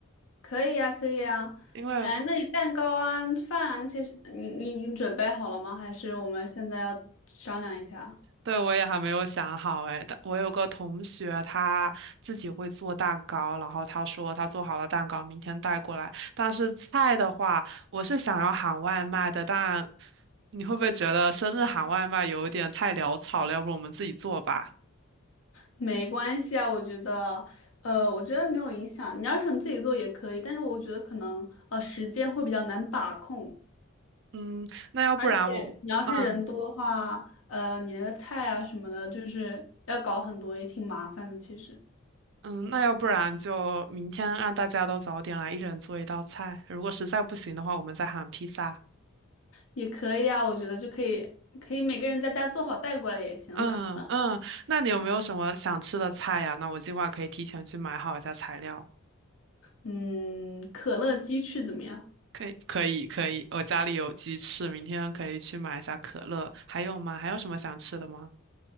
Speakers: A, on the left; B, on the right.
A: 可以呀，可以呀。
B: 因为
A: 哎，那你蛋糕啊、饭啊那些是你你已经准备好了吗？还是我们现在要商量一下？
B: 对，我也还没有想好诶，但我有个同学，他自己会做蛋糕，然后他说他做好了蛋糕，明天带过来。但是菜的话，我是想要喊外卖的，但你会不会觉得生日喊外卖有一点太潦草了？要不我们自己做吧？
A: 没关系啊，我觉得，呃，我觉得没有影响。你要是想自己做也可以，但是我觉得可能呃时间会比较难把控，
B: 嗯，那要不然我，
A: 而且你要是人多的话，
B: 嗯
A: 呃，你那个菜啊什么的，就是要搞很多，也挺麻烦的。其实
B: 嗯，那要不然就明天让大家都早点来，一人做一道菜。如果实在不行的话，我们再喊披萨。
A: 也可以啊，我觉得就可以，可以每个人在家做好带过来也行。
B: 嗯嗯，
A: <laughs>
B: 那你有没有什么想吃的菜呀？那我计划可以提前去买好一下材料。
A: 嗯，可乐鸡翅怎么样？
B: 可以可以可以，我家里有鸡翅，明天可以去买一下可乐。还有吗？还有什么想吃的吗？